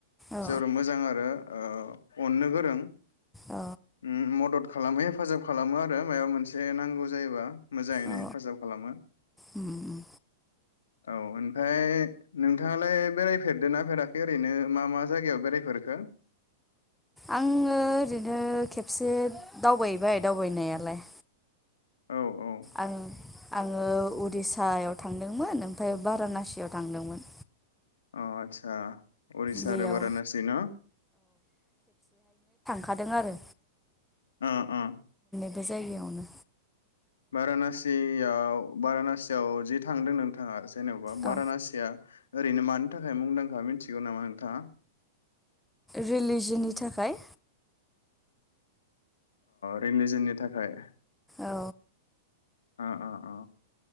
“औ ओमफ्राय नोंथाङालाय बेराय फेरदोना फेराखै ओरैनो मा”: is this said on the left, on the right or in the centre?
Left